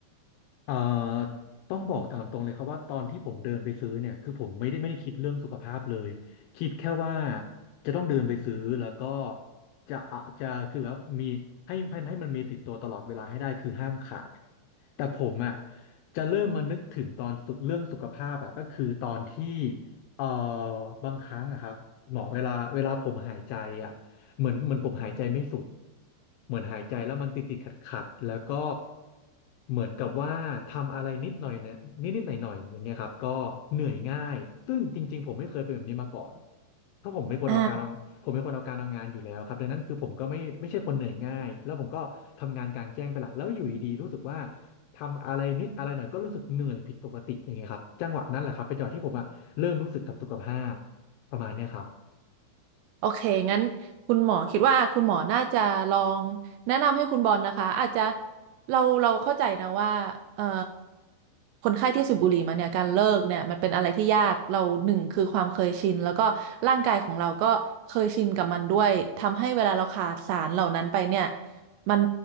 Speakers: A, on the left (about 80°); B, on the right (about 85°).
A: เอ่อต้องบอกตามตรงเลยครับว่าตอนที่ผมเดินไปซื้อเนี่ยคือผมไม่ได้ไม่ได้คิดเรื่องสุขภาพเลยคิดแค่ว่าจะต้องเดินไปซื้อแล้วก็จะอะจะคือแบบมีให้ให้ให้มันมีติดตัวตลอดเวลาให้ได้คือห้ามขาดแต่ผมอ่ะจะเริ่มมานึกถึงตอนสุขเรื่องสุขภาพอ่ะก็คือตอนที่เอ่อบางครั้งอะครับหมอเวลาเวลาผมหายใจอ่ะ เหมือนเหมือนผมหายใจไม่สุดเหมือนหายใจแล้วมันติดติดขัดขัดแล้วก็เหมือนกับว่าทำอะไรนิดหน่อยเนี่ยนิดนิดหน่อยหน่อยๆอย่างเงี้ยครับก็เหนื่อยง่ายซึ่งจริงๆผมไม่เคยเป็นแบบนี้มาก่อนเพราะผมเป็นคนเอาการเอาผมเป็นคนเอาการเอางานอยู่แล้วครับดังนั้นคือผมก็ไม่ไม่ใช่คนเหนื่อยง่ายแล้วผมก็ทำงานกลางแจ้งเป็นหลักแล้วอยู่ดีๆรู้สึกว่า
B: อ่า
A: ทำอะไรนิดอะไรหน่อยก็รู้สึกเหนื่อยผิดปกติอย่างเงี้ยครับจังหวะนั้นแหละครับเป็นจังหวะที่ผมอะเริ่มรู้สึกกับสุขภาพประมาณเนี้ยครับ
B: โอเค งั้นคุณหมอคิดว่าคุณหมอน่าจะลองแนะนำให้คุณบอลนะคะอาจจะเราเราเข้าใจนะว่าเอ่อคนไข้ที่สูบบุหรี่มาเนี่ยการเลิกเนี่ยมันเป็นอะไรที่ยากเราหนึ่งคือความเคยชินแล้วก็ร่างกายของเราก็เคยชินกับมันด้วยทำให้เวลาเราขาดสารเหล่านั้นไปเนี่ยมัน